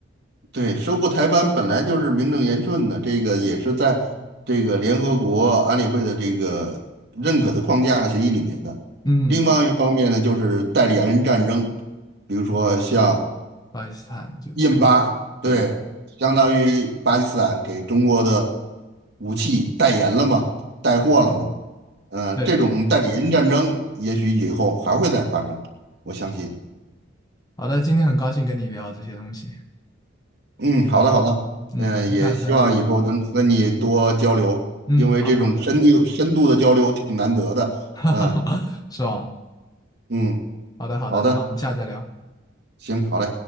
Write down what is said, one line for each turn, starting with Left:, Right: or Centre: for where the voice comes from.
Right: 对，收复台湾本来就是名正言顺的，这个也是在这个联合国安理会的这个认可的框架协议里面的。
Left: 嗯，
Right: 另外一方面呢，就是代理人战争，比如说像
Left: 巴基斯坦就其
Right: 印巴，对，
Left: 对，
Right: 相当于巴基斯坦给中国的武器代言了嘛，带货了嘛。
Left: 嗯，
Right: 嗯、
Left: 对对对，
Right: 这种代理人战争也许以后还会再发生，我相信。
Left: 好的，今天很高兴跟你聊这些东西，
Right: 嗯，好的好的，
Left: 嗯，
Right: 嗯、也希望以后能和你多交流，
Left: 下次再。嗯，
Right: 因为这种深度深度的交流挺难得的。
Left: 好的好的，<laughs>
Right: 嗯、
Left: 是吧？
Right: 嗯，
Left: 好的好的，
Right: 好的，
Left: 那我们下次再聊。
Right: 行，好嘞。